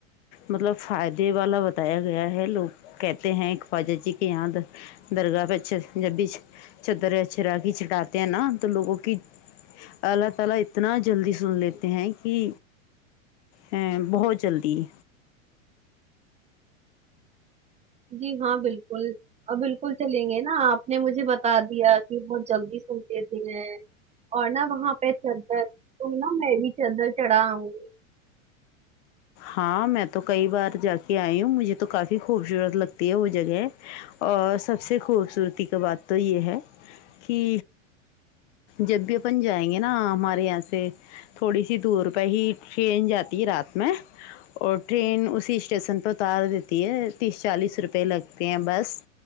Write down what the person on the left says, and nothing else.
مطلب فائدے والا بتایا گیا ہے لوگ کہتے ہیں خاواجہ جی کے یہاں درگاہ پہ جب بھی چتر ا چرا کی چٹاتے ہیں نا تو لوگوں کی اللہ تعالی اتنا جلدی سن لیتے ہیں کہ ہیں بہت جلدی
ہاں میں تو کئی بار جا کے آئی ہوں مجھے تو کافی خوبصورت لگتی ہے وہ جگہ اور سب سے خوبصورتی کا بات تو یہ ہے کہ جب بھی اپن جائیں گے نا ہمارے یہاں سے تھوڑی سی دور پہ ہی ٹرین جاتی ہے رات میں اور ٹرین اسی اسٹیسن پر اتار دیتی ہے تیس چالیس روپئے لگتے ہیں بس